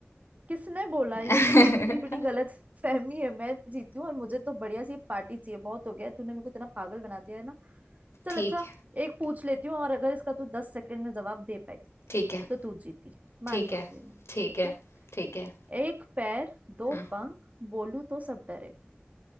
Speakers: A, on the right; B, on the left.
A: किसने बोला
B: <laughs>
A: ये तो तेरी इतनी बड़ी गलत फहमी है मैं जीती हूँ और मुझे तो बढ़िया सी पार्टी चाहिए बहुत हो गया है, तूने मेरे को इतना पागल बना दिया है ना चल
B: ठीक
A: अच्छा
B: है
A: एक पूछ लेती हूँ और अगर इसका तू दस सेकंड में जवाब दे पाई
B: ठीक है
A: तो तू जीती मान
B: ठीक
A: जाऊंगी
B: है
A: मैं
B: ठीक
A: ठीक
B: है
A: है
B: ठीक है
A: एक पैर दो
B: हम्म
A: पंख बोलू तो सब डरे